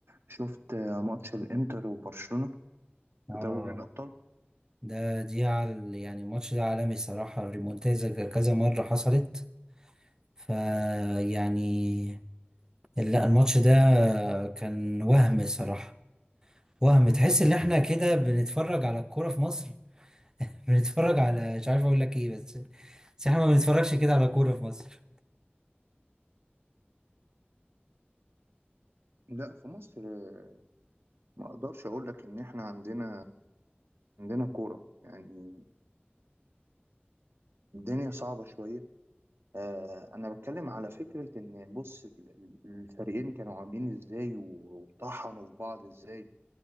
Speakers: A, on the right (about 85°); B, on the right (about 15°).
A: شفت آه، ماتش الانتر وبرشلونه
B: اه
A: في دوري الابطال
B: ده دي عال يعني الماتش ده عالمي الصراحة ريمونتازا كذا مرة حصلت فيعني لا الماتش ده كان وهم صراحة وهم تحس ان احنا كده بنتفرج على الكورة في مصر <laughs> بنتفرج على مش عارف اقول لك ايه بس بس احنا ما بنتفرجش كده على كورة في مصر
A: لا في مصر آه، ما اقدرش اقول لك ان احنا عندنا عندنا كوره يعني الدنيا صعبة شوية آه أنا بتكلم على فكرة إن بص ال- ال- الفريقين كانوا عاملين إزاي وطحنوا في بعض إزاي